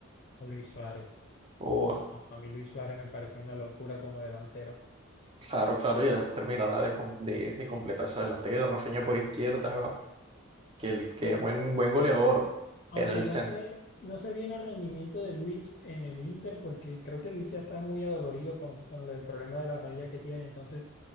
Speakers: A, on the left; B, on the right.
A: Luis Suárez.
B: O
A: No, a mí Luis Suárez me pareció una locura como delantero.
B: Claro, claro, y además terminará de, com- de- de completar esa delantera. Rafinha por izquierda, que, el- que
A: Pero
B: es buen, buen goleador
A: Aunque
B: en el
A: no
B: centro.
A: sé, no sé bien el rendimiento de Luis en el Inter, porque creo que Luis ya está muy adolorido con, con lo del problema de la rodilla que tiene. Entonces,